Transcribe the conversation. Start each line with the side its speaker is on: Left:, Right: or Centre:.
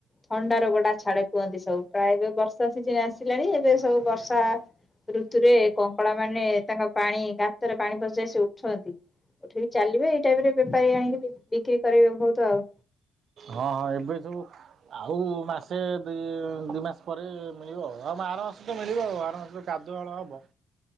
Left: ଥଣ୍ଡା ରୋଗଟା ଛାଡେ କୁହନ୍ତି ସବୁ ପ୍ରାୟେ ଯଉ ବର୍ଷା ସିଜନି ଆସିଲାଣି ଏବେ। ସବୁ
Right: ଆଜ୍ଞା
Left: ବର୍ଷା
Right: ହଁ
Left: ଋତୁରେ କଙ୍କଡା ମାନେ ତାଙ୍କ ପାଣି ଗାତରେ ପାଣି ପଶିଯାଏ ସେ ଉଠନ୍ତି। ଉଠିକି ଚାଲିବେ ଏଇ ଟାଇମ ରେ ବେପାରୀ ଆଣିକି ବିକ୍ରି କରିବେ ବହୁତ ଆଉ।
Right: ହଁ ହଁ ଏବେ ସବୁ- ଆଉ ମାସେ ଦି ଦୁଇ ମାସ ପରେ ମିଳିବ। ଆଉ ଆର ମାସ ତ ମିଳିବ ଆଉ ଆର ମାସ କାଦୁଅ ହଳ ହେବ।